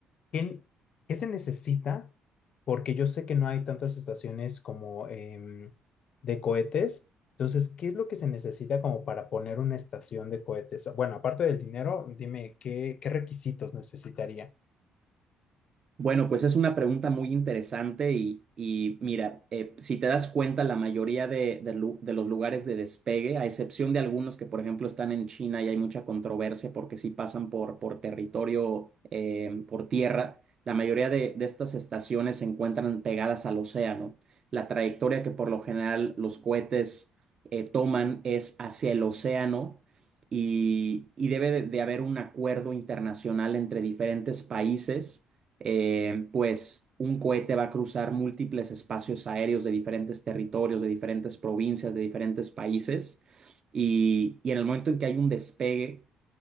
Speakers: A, on the left (about 50°); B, on the right (about 40°).
A: ¿Qué, qué se necesita? Porque yo sé que no hay tantas estaciones como em, de cohetes. Entonces, ¿qué es lo que se necesita como para poner una estación de cohetes? Bueno, aparte del dinero, dime, ¿qué, qué requisitos necesitaría?
B: Bueno, pues es una pregunta muy interesante y, y mira, eh, si te das cuenta, la mayoría de, de lu- de los lugares de despegue, a excepción de algunos que, por ejemplo, están en China y hay mucha controversia porque sí pasan por, por territorio, eh, por tierra, la mayoría de, de estas estaciones se encuentran pegadas al océano. La trayectoria que por lo general los cohetes eh, toman es hacia el océano y, y debe de de haber un acuerdo internacional entre diferentes países eh, pues un cohete va a cruzar múltiples espacios aéreos de diferentes territorios, de diferentes provincias, de diferentes países, y, y en el momento en que hay un despegue,